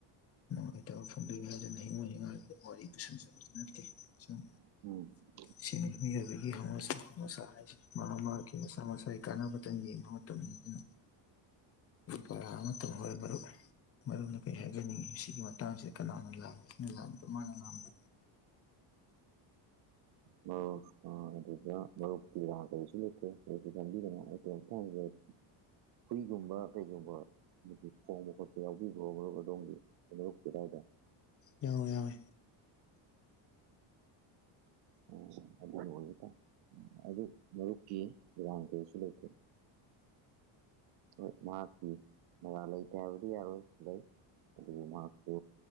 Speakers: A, on the left; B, on the right.
A: ꯅꯨꯡꯉꯥꯏꯇꯕ ꯐꯣꯡꯕꯤꯌꯦ ꯍꯥꯏꯗꯨꯅ ꯍꯤꯡꯉꯣꯅꯤꯡꯉꯥꯏꯒꯤ ꯋꯥꯔꯤ ꯄꯨꯁꯤꯟꯖꯕꯗꯤ ꯅꯠꯇꯦ ꯁꯨꯝ
B: ꯎꯝ
A: ꯁꯤꯅ ꯍꯤꯡꯖꯕꯒꯤꯁꯁꯥ ꯍꯥꯏꯁꯤꯦ ꯃꯍꯥꯛ ꯃꯍꯥꯛꯀꯤ ꯃꯁꯥ ꯃꯁꯥꯒꯤ ꯀꯥꯟꯅꯕꯇꯪ ꯌꯦꯡꯕ ꯃꯇꯝꯅꯤ ꯑꯗꯨꯅ ꯄꯔꯥ ꯑꯃꯇꯪ ꯍꯣꯏ ꯃꯔ ꯃꯔ ꯀꯩ ꯍꯥꯏꯖꯅꯤꯡꯏꯤ ꯁꯤꯒꯤ ꯃꯇꯥꯡꯁꯤꯗ ꯀꯅꯥꯅ ꯂꯥꯜꯂꯤ ꯁꯤꯅ ꯂꯥꯛꯗ ꯃꯥꯅ ꯂꯥꯝꯕ <inaudible> <unintelligible>
B: ꯃꯔꯨꯞꯗ ꯃꯔꯨꯞꯀꯤ ꯀꯔꯤꯁꯨ ꯂꯩꯇꯦ ꯀꯔꯤꯁꯨ ꯈꯟꯕꯤꯗꯅ ꯑꯩ ꯍꯨꯏꯒꯨꯝꯕ ꯀꯩꯒꯨꯝꯕ ꯈꯣꯡꯕ ꯈꯣꯠꯄ ꯌꯥꯎꯕꯤꯕ꯭ꯔꯣ ꯃꯔꯨꯞ ꯑꯗꯣꯝꯒꯤ ꯃꯔꯨꯞ ꯀꯦꯗꯥꯏꯗ
A: ꯌꯥꯎꯦ ꯌꯥꯎꯋꯦ
B: ꯎ ꯑꯗꯨ ꯑꯣꯏꯕ ꯇꯥꯏ ꯑꯗꯨ ꯃꯔꯨꯞꯀꯤ ꯗꯨꯀꯥꯟ ꯀꯩꯁꯨ ꯂꯩꯇꯦ
A: <inaudible> <unintelligible>
B: ꯍꯣꯏ ꯃꯍꯥꯛꯀꯤ ꯃꯔꯥ ꯂꯩꯇꯦ ꯍꯥꯏꯕꯗꯤ ꯌꯥꯔꯣꯏ ꯂꯩ ꯑꯗꯨꯕꯨ ꯃꯍꯥꯛꯇꯨ